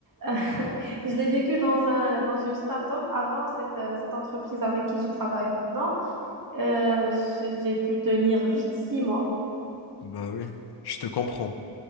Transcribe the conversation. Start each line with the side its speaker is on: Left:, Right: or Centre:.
Right: Euh, <laughs> je l'ai vécu dans un, dans une start-up avant cette, euh, cette entreprise avec qui je travaille maintenant. Euh, j'ai pu tenir juste six mois.
Left: Bah oui, je te comprends.